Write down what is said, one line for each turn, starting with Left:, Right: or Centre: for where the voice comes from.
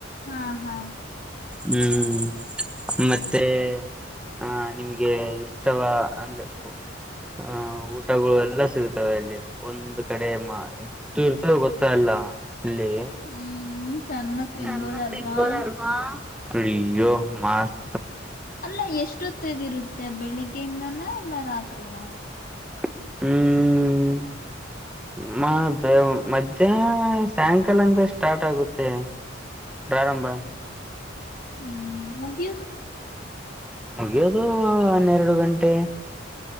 Left: ಹಾ ಹಾ
Centre: ಹ್ಮ್. ಮತ್ತೆ ಹ ನಿಮಗ್ ಗೆ ಇಷ್ಟವಾ ಅಂದ್ರೆ. ಹ ಊಟಗಳು ಎಲ್ಲ ಸಿಗತವೆ ಅಲ್ಲಿ ಒಂದು್ ಕಡೆ ಮಾ ಇರ್ತ ಗೊತ್ತ ಇಲ್ಲ. ಇಲ್ಲಿ
Left: ಹ್ಮ್ ಚೆನ್ನಾಗ್ ತಿನ್ಬೋದಲ್ವಾ
Centre: ಚನ್ನ ಸಿಬೋದಾರಮ್ಮ. ಪ್ರಿಯ ಮಾಸ್.
Left: ಅಲ್ಲ ಎಷ್ಟೊತ್ತಗಿರುತ್ತೆ ಬೆಳಿಗ್ಗೆಯಿಂದನ ಇಲ್ಲ ರಾತ್ರಿಿನ
Centre: ಹ್ಮ್ ಮ ಮಧ್ಯಾಹ್ ಸಾಯಂಕಾಲ ಅಂದ ಸ್ಟಾರ್ಟ್ ಆಗುತ್ತೆ ಪ್ರಾರಂಭ
Left: ಹ್ಮ್ ಮುಗಿಯತ.
Centre: ಮುಗಿಯೋದು ಒನ್ನೆರಡು ಗಂಟೆ